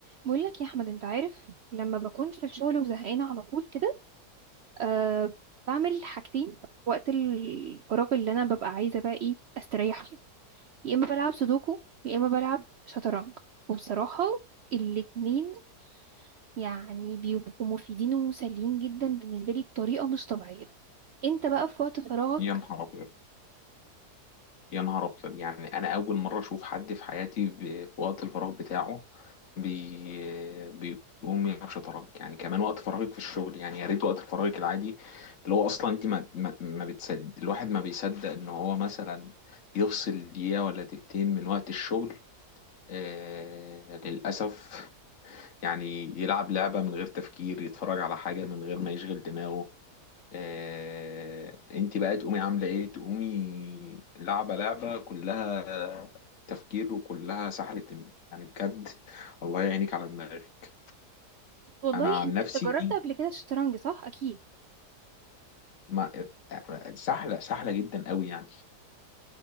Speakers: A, on the right; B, on the left.
A: بقول لك يا احمد انت عارف لما بكون في الشغل وزهقانه على طول كده أه بعمل حاجتين وقت الفراغ اللي انا ببقى عايزه بقى ايه استريح فيه يا اما بلعب سودوكو يا اما بلعب شطرنج وبصراحه الاتنين يعني بيبقوا مفيدين ومسليين جدا بالنسبه لي بطريقه مش طبيعيه انت بقى في وقت فراغك
B: يا نهار ابيض يا نهار ابيض يعني انا اول مره اشوف حد في حياتي ب- في وقت الفراغ بتاعه بي... بيقوم يلعب شطرنج يعني كمان وقت فراغك في الشغل يعني يا ريت وقت فراغك العادي اللي هو اصلا انت ما ما, ما بتصدق الواحد ما بيصدق ان هو مثلا يفصل دقيقه ولا دقيقتين من وقت الشغل آه... للاسف <laughs> يعني يلعب لعبه من غير تفكير يتفرج على حاجه من غير ما يشغل دماغه آه، انت بقى تقومي عامله ايه تقومي لعبه لعبه كلها تفكير وكلها سحله دماغ يعني بجد الله يعينك على دماغك
A: والله
B: انا عن
A: انت
B: نفسي
A: انت جربت قبل كده الشطرنج صح اكيد
B: ما سحله سحله جدا قوي يعني